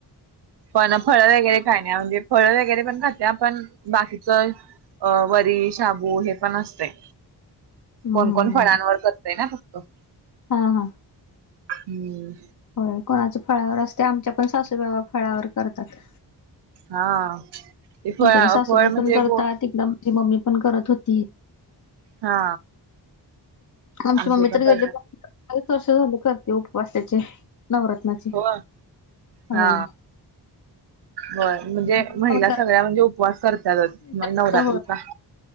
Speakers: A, on the right; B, on the left.
A: पण फळं वगैरे काय नाय म्हणजे फळ वगैरे पण खाते आपण बाकीचा अ वरी, शाबू हे पण असतय.
B: हम्म
A: कोण-कोण
B: हम्म हम्म
A: फळांवर
B: हम्म
A: करतय ना फक्तो.
B: हा हा.
A: हम्म.
B: होय कोणाचा फळावर असते आमच्या पण सासूबाई व फळावर करतात.
A: हा ते फळ
B: इकडं सासूबाई
A: फळ म्हणजे
B: पण करतात,
A: गो
B: तिकडं आमचे मम्मी पण करत होती.
A: हा.
B: आमची
A: आमचे
B: मम्मी
A: पण
B: तर
A: करतात
B: गेले <inaudible> वर्ष झाले करते उपवासाचे त्याचे. नवरत्नाची
A: हो हा
B: होय.
A: होय म्हणजे
B: आपण
A: महिला
B: पण करते
A: सगळ्या म्हणजे उपवास करत्यातच
B: जास्त
A: म्हणे नवरात्रीचा.
B: होय